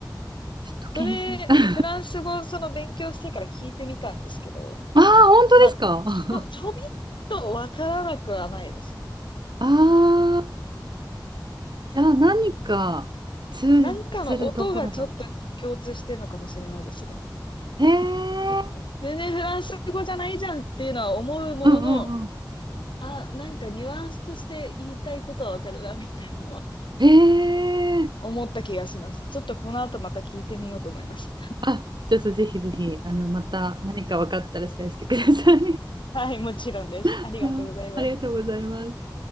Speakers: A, on the right; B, on the left.
A: え、ちょっと検証。
B: それ、
A: <laughs>
B: フランス語その勉強してから聞いてみたんですけど、
A: ああ、本当ですか
B: まあ、ちょ、
A: <laughs>
B: ちょびっとわからなくはないですね
A: ああ、じゃあ何か通ずるところが。
B: なんかの音がちょっと共通してるのかもしれないですね。
A: へえ、
B: ぜ全然フランス語じゃないじゃんっていうのは思うものの、
A: うんうんうん。
B: あ、なんかニュアンスとして言いたいことはわかるな、みたいなのは
A: へえ、
B: 思った気がします。ちょっとこの後また聞いてみようと思います。
A: あ、ちょっとぜひぜひ、あの、また何か分かったらシェアしてください。
B: はい、もちろんです。
A: <laughs>
B: ありがとうございます。
A: あありがとうございます。